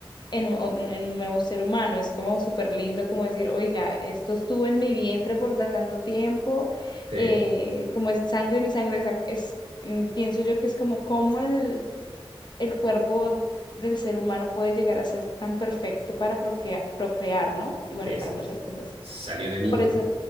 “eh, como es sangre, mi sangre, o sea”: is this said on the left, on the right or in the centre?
Left